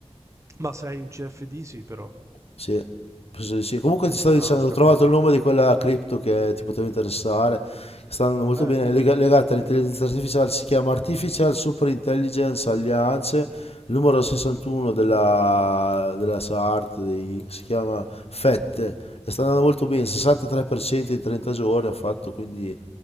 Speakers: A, on the right; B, on the left.
A: ma se hai un CFD sì però.
B: Sì, penso di sì. Comunque ti stavo
A: Ah,
B: dicendo,
A: ho Sì,
B: ho
A: capito.
B: trovato il nome di quella cripto che ti poteva interessare, che sta andando molto
A: Eh,
B: bene,
A: dimmi.
B: è lega- legata all'intelligenza artificiale, si chiama Artificial Super Intelligence Alliance, il numero 61 della, della SART, di- si chiama FET, e sta andando molto bene, 63% in 30 giorni ha fatto, quindi...